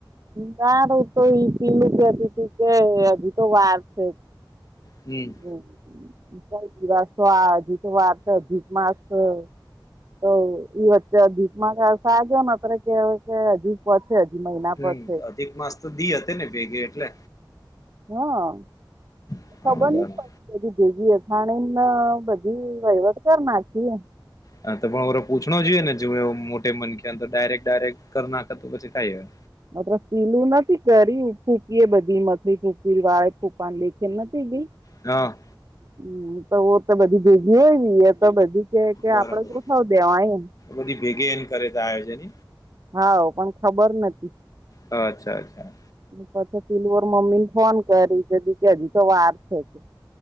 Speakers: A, on the right; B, on the left.
A: નારે કોઈ વિધિ ને <unintelligible> અજી તો વાર છે
B: હમ્મ
A: <unintelligible> અધિક માસ <unintelligible> <unintelligible>
B: હમ અધિક માસ તો દી હતી ને ભેગી એટલે
A: હા
B: હા બરાબર
A: એ ભીજી અથાણીને બધી વહીવટ કર નાખી એમ
B: હા તો પણ ઓરે પૂછ જોઈએ ને જો મોટે મનખે તો ડાયરેક્ટ ડાયરેક કર નાખી તો પછી ક
A: મતલબ પીલું નથી કરી ફૂકીએ બધી મથી ફૂકીવી વાય ફૂફાની દેખે નથી ગઈ
B: હા
A: હમ્મ તો તો બધી ભેગી હોય ય તો બધી કે કે
B: બરાબર
A: આપડે તોસવ દેવા એમ
B: બધી ભેગી એને કરે તો આયોજન
A: હા પણ ખબર નથી.
B: અચ્છા અચ્છા
A: પછી પિલર મમ્મીને ફોન કરી દીધી કે હજી તો વાર છે. કે